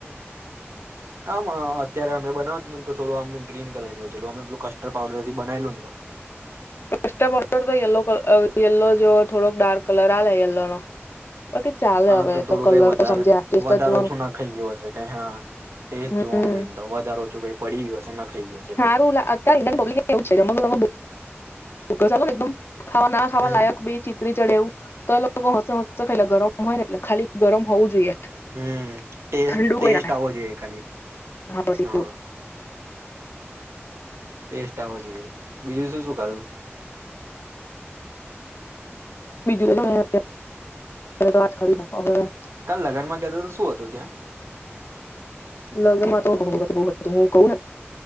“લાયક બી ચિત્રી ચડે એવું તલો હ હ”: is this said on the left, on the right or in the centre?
Left